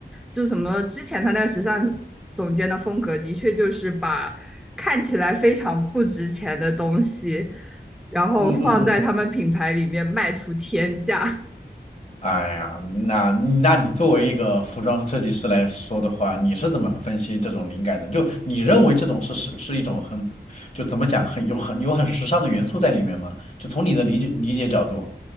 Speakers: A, in the centre; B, on the left.
A: 就什么之前他那个时尚总监的风格，的确就是把看起来非常不值钱的东西，然后放在他们品牌里面卖出天价。
B: 嗯嗯嗯。哎呀，那那你作为一个服装设计师来说的话，你是怎么分析这种灵感的？就你认为这种是是是一种很，就怎么讲，很有很有很时尚的元素在里面吗？就从你的理解理解角度。